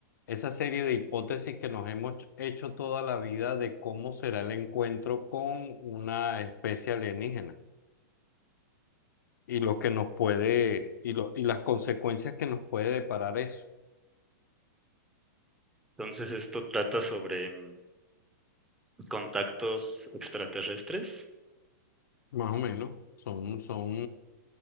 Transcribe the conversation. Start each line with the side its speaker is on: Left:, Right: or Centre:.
Left: esa serie de hipótesis que nos hemos hecho toda la vida de cómo será el encuentro con una especie alienígena y lo que nos puede, y, lo, y las consecuencias que nos puede deparar eso,
Centre: Entonces, esto trata sobre mm, contactos extraterrestres.
Left: más o menos. Son, son